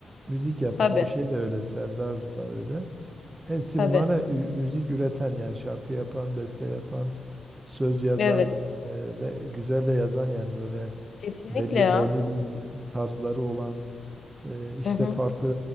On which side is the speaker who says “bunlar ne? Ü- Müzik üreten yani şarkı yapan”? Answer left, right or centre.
Right